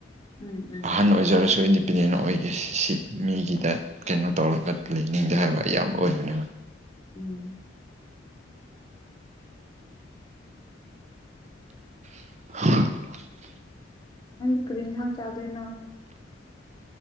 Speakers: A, on the left; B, on the right.
A: ꯎꯝ ꯎꯝ ꯎꯝ
B: ꯑꯍꯟ ꯑꯣꯏꯖꯔꯁꯨ ꯏꯟ ꯗꯤꯄꯦꯟꯗꯦꯟ ꯑꯣꯏꯒꯦ ꯁꯤ ꯁꯤ ꯃꯤꯒꯤꯗ ꯀꯩꯅꯣ ꯇꯧꯔꯒ ꯂꯩꯅꯤꯡꯗꯦ ꯍꯥꯏꯕ ꯑꯌꯥꯝꯕ ꯑꯣꯏꯕꯅꯦꯕ
A: ꯎꯝ
B: <inaudible>
A: ꯅꯪꯗꯤ ꯀꯔꯤ ꯏꯟꯁꯥꯡ ꯆꯥꯗꫭꯏꯅꫭ